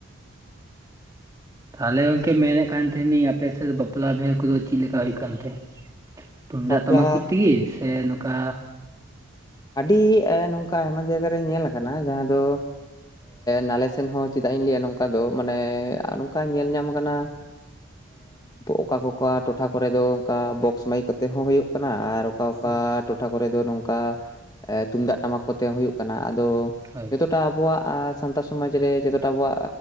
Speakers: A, on the right; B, on the left.
A: ᱛᱟᱦᱞᱮ ᱜᱚᱝᱠᱮ ᱢᱮᱱᱮᱫ ᱛᱟᱦᱮᱟᱸᱱᱤᱧ ᱟᱯᱮ ᱥᱮᱫ ᱵᱟᱯᱞᱟ ᱵᱤᱦᱟᱹ ᱠᱚᱫᱚ ᱪᱮᱫ ᱞᱮᱠᱟ ᱦᱩᱭᱩᱜ ᱠᱟᱱᱛᱮ ᱛᱩᱢᱫᱟᱜ
B: ᱵᱟᱯᱞᱟ
A: ᱴᱟᱢᱟᱠ ᱠᱚ ᱛᱮᱜᱮ ᱥᱮ ᱱᱚᱝᱠᱟ
B: ᱟᱹᱰᱤ ᱱᱚᱝᱠᱟ ᱟᱭᱢᱟ ᱡᱟᱭᱜᱟᱟᱨᱮ ᱧᱮᱞ ᱠᱟᱱᱟ ᱡᱟᱦᱟᱸ ᱫᱚ ᱱᱟᱞᱮ ᱥᱮᱱ ᱦᱚᱸ ᱪᱮᱫᱟᱜ ᱤᱧ ᱞᱟᱹᱭᱟ ᱱᱚᱝᱠᱟ ᱫᱚ ᱢᱟᱱᱮ ᱱᱚᱝᱠᱟ ᱧᱮᱞ ᱧᱟᱢ ᱠᱟᱱᱟ ᱚᱠᱟ ᱠᱚᱠᱟ ᱴᱚᱴᱷᱟ ᱠᱚᱨᱮ ᱫᱚ ᱚᱱᱠᱟ ᱵᱚᱠᱥ ᱢᱟᱹᱭᱤ ᱠᱚᱛᱮ ᱦᱚᱸ ᱦᱩᱭᱩᱜ ᱠᱟᱱᱟ ᱟᱨ ᱚᱠᱟ ᱚᱠᱟ
A: ᱦᱳᱭ
B: ᱴᱚᱴᱷᱟ ᱠᱚᱨᱮ ᱫᱚ ᱱᱚᱝᱠᱟ ᱛᱩᱢᱫᱟᱜ ᱴᱟᱢᱟᱠ ᱠᱚᱛᱮ ᱦᱩᱭᱩᱜ ᱠᱟᱱᱟ ᱟᱫᱚ
A: ᱦ
B: ᱡᱚᱴᱟ ᱟᱵᱚᱣᱟᱜ ᱥᱟᱱᱛᱟᱲ ᱥᱚᱢᱟᱡᱽ ᱨᱮ ᱡᱚᱛᱚᱴᱟ ᱟᱵᱚᱣᱟᱜ